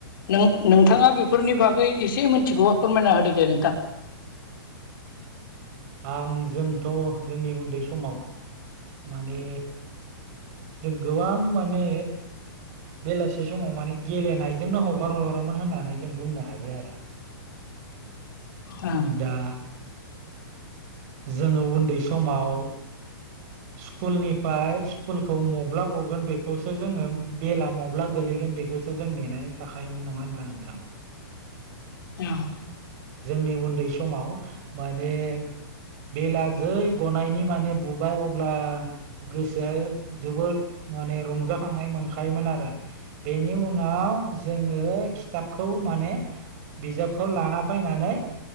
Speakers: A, on the left (about 65°); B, on the right (about 40°).
A: नों नोंथाङा बेफोरनि बागै एसे मिथिगौबा फोरमायना होदो दे नोंथां
B: आं जोंथ' जोंनि उन्दै समाव माने जों गोबां माने बेलासि समाव माने गेलेनायजोंनो हगार हरोमोन होननानै जों बुंनो हायो आरो
A: औ
B: दा जोङो उन्दै समाव स्कुलनिफ्राय स्कुलखौ म्ला गगोन बेखौ खौखौसो जोङो बेला मब्ला गोगलैगोन बेखौसो जों नेनानै थाखायायोमोन नङा होनब्ला नोंथां
A: औ
B: जोंनि उन्दै समाव माने बेला जै गनायनि माने बुबाय अब्ला गोसोआ जोबोद माने रंजाखांनाय मोनखायोमोन आरो बेनि उनाव जोङो खिथाबखौ माने बिजाबखौ लाना फैनानै